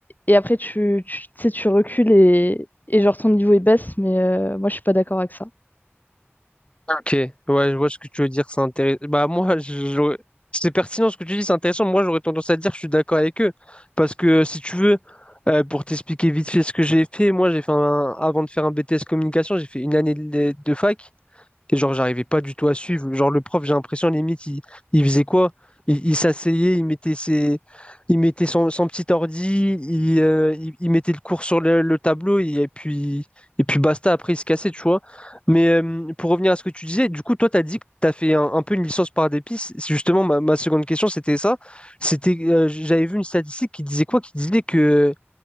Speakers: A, on the left (about 40°); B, on the left (about 25°).
A: et après tu, tu tu sais tu recules et, et genre ton niveau il baisse mais euh, moi je suis pas d'accord avec ça.
B: Ok, ouais, je vois ce que tu veux dire, c'est intéressant. Bah moi, <laughs> je- j'aurais- c'est pertinent ce que tu dis, c'est intéressant. Moi, j'aurais tendance à dire, je suis d'accord avec eux, parce que si tu veux, euh, pour t'expliquer vite fait ce que j'ai fait, moi, j'ai fait un- avant de faire un BTS communication, j'ai fait une année de, de fac. Et genre, j'arrivais pas du tout à suivre. Genre, le prof, j'ai l'impression, limite, il, il faisait quoi? Il, il s'asseyait, il mettait ses, il mettait son, son petit ordi, il, euh, il, il mettait le cours sur le, le tableau, et, puis, et puis basta, après, il se cassait, tu vois. Mais euh, pour revenir à ce que tu disais, du coup, toi, tu as dit que tu as fait un, un peu une licence par dépice. C'est justement ma, ma seconde question, c'était ça. C'était, euh, j'avais vu une statistique qui disait quoi? Qui disait que